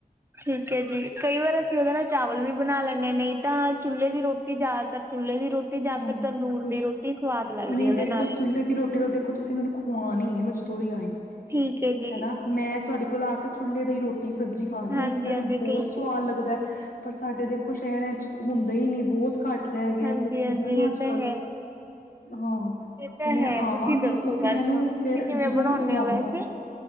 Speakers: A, on the right; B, on the left.
A: ਠੀਕ ਹੈ ਜੀ ਕਈ ਵਾਰ ਅਸੀਂ ਉਹਦੇ ਨਾਲ ਚਾਵਲ ਵੀ ਬਣਾ ਲੈਂਦੇ ਹਾਂ ਨਹੀਂ ਤਾਂ ਚੁੱਲ੍ਹੇ ਦੀ ਰੋਟੀ ਜ਼ਿਆਦਾਤਰ ਚੁੱਲ੍ਹੇ ਦੀ ਰੋਟੀ ਜਾਂ
B: ਹਾਂ
A: ਫਿਰ ਤੰਦੂਰ
B: ਬਿਲਕੁਲ
A: ਦੀ ਰੋਟੀ ਸਵਾਦ ਲੱਗਦੀ
B: ਨਹੀਂ
A: ਉਹਦੇ
B: ਦੇਖੋ
A: ਨਾਲ
B: ਚੁੱਲ੍ਹੇ ਦੀ ਰੋਟੀ ਤਾਂ ਦੇਖੋ ਤੁਸੀਂ ਮੈਨੂੰ ਖਵਾਣੀ ਹੈ ਮੈਂ ਜਦੋਂ ਵੀ ਆਈ
A: ਠੀਕ ਜੀ
B: ਹੈ ਨਾ ਮੈਂ ਤੁਹਾਡੇ ਕੋਲ ਲਾ ਕੇ ਚੁੱਲ੍ਹੇ ਦੀ ਹੀ ਰੋਟੀ ਰੋਟੀ ਸਬਜ਼ੀ ਖਾਣੀ
A: ਹਾਂਜੀ-ਹਾਂਜੀ
B: ਕਿਉਂਕਿ ਮੈਨੂੰ ਬਹੁਤ
A: ਠੀਕ
B: ਸਵਾਦ
A: ਹੈ
B: ਲੱਗਦਾ ਪਰ ਸਾਡੇ ਦੇਖੋ ਸ਼ਹਿਰਾਂ 'ਚ ਹੁੰਦਾ ਹੀ ਨਹੀਂ ਬਹੁਤ ਘੱਟ ਰਹਿ ਗਿਆ
A: ਹਾਂਜੀ-ਹਾਂਜੀ
B: ਸਭ ਚੀਜ਼ਾਂ ਹੈ ਨਾ
A: ਇਹ
B: ਅੱਜ
A: ਤਾਂ
B: ਕਲ
A: ਹੈ
B: ਹਾਂ
A: ਇਹ ਤਾਂ
B: ਤੇ ਮੈਂ
A: ਹੈ
B: ਆਵਾਂਗੀ
A: ਤੁਸੀਂ ਦੱਸੋ
B: ਤੁਸੀਂ
A: ਬਸ
B: ਮੈਨੂੰ
A: ਤੁਸੀਂ
B: ਫੇਰ
A: ਕਿਵੇਂ
B: ਜ਼ਰੂਰ
A: ਬਣਾਉਂਦੇ
B: ਖਵਾਉਣਾ
A: ਹੋ ਵੈਸੇ
B: ਐ।